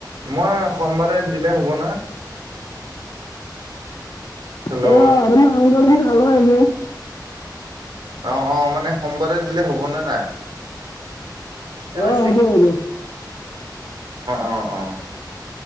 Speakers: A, on the right; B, on the left.
A: মই সোমবাৰে দিলে হ'ব না?
B: <unintelligible>
A: হেল্ল' অ', অ' মানে সমবাৰে দিলে হ'বনে নাই? অঁ,
B: অ হ'ব হ'ব
A: অ, অ!